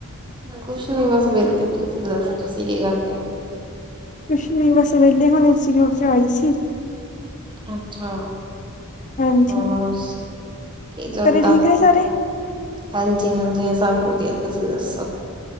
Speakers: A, on the right (about 20°); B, on the left (about 35°).
A: ਕੁਛ ਨੀ ਬਸ ਵੇਲੇ ਤੁਸੀਂ ਦੱਸੋ ਤੁਸੀਂ ਕੀ ਕਰਦੇ ਹੋ?
B: ਕੁਛ ਨੀ ਬਸ ਵੇਲੇ ਹੁਣ ਉਸ 'ਚ ਆਈ ਸੀ।
A: ਅੱਛਾ
B: ਹਾਂਜੀ
A: ਹੋਰ ਕੀ ਚੱਲਦਾ
B: ਘਰੇ ਠੀਕ ਨੇ ਸਾਰੇ
A: ਹਾਂਜੀ- ਹਾਂਜੀ ਸਭ ਵਧੀਆ ਤੁਸੀਂ ਦੱਸੋ?